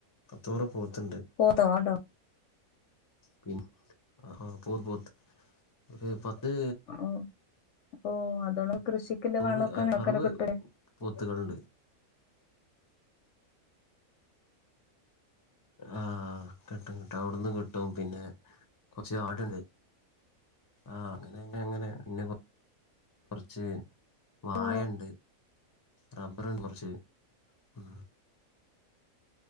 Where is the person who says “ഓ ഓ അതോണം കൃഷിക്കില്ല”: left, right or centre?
Left